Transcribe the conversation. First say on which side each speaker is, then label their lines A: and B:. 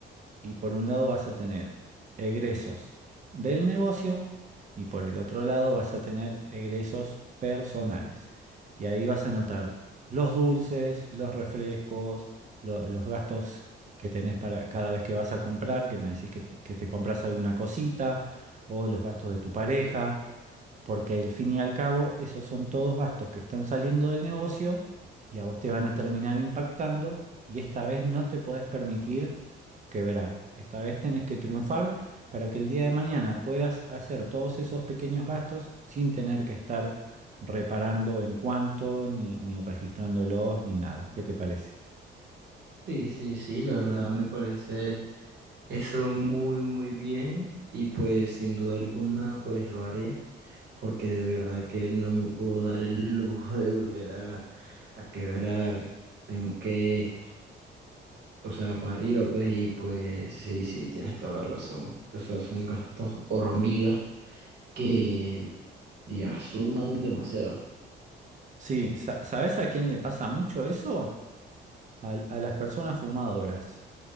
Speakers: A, on the right; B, on the right.
A: y por un lado vas a tener egresos del negocio y por el otro lado vas a tener egresos personales. Y ahí vas a notar los dulces, los refrescos, lo- los gastos que tenés para cada vez que vas a comprar, que me decís que, que te compras alguna cosita, o los gastos de tu pareja, porque al fin y al cabo esos son todos gastos que están saliendo del negocio y a vos te van a terminar impactando y esta vez no te podés permitir quebrar. Esta vez tenés que triunfar para que el día de mañana puedas hacer todos esos pequeños gastos sin tener que estar reparando en cuánto, ni, ni registrándolos, ni nada. ¿Qué te parece?
B: Sí, sí, sí, la verdad me parece eso muy, muy bien y pues sin duda alguna pues lo haré porque de verdad que no me puedo dar el lujo <laughs> de volver a, a quebrar. Tengo que, o sea, para arriba pues y pues sí, sí, tienes toda la razón. O sea, son gastos hormigas que ya suman demasiado.
A: Sí, sa- ¿sabés a quién le pasa mucho eso? Al- A, las personas fumadoras.